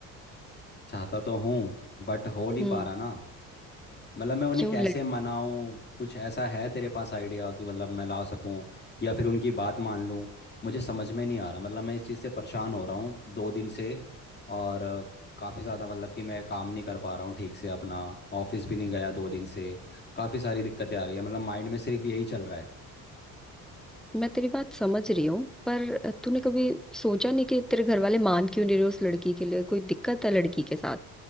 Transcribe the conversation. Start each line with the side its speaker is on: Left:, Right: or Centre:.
Left: चाहता तो हूँ बट हो नहीं
Centre: हम्म
Left: पा रहा ना मतलब मैं उन्हें
Centre: क्यों
Left: कैसे
Centre: लड़
Left: मनाऊं कुछ ऐसा है तेरे पास आइडिया कि मतलब मैं ला सकूं या फिर उनकी बात मान लूं मुझे समझ में नहीं आ रहा मतलब मैं इस चीज़ से परेशान हो रहा हूँ दो दिन से और काफ़ी ज़्यादा मतलब कि मैं काम नहीं कर पा रहा हूँ ठीक से अपना ऑफिस भी नहीं गया दो दिन से काफ़ी सारी दिक्कतें आ रही है मतलब माइंड में सिर्फ यही चल रहा है
Centre: मैं तेरी बात समझ रही हूँ पर तूने कभी सोचा नहीं कि तेरे घर वाले मान क्यों नहीं रहे उस लड़की के लिए कोई दिक्कत है लड़की के साथ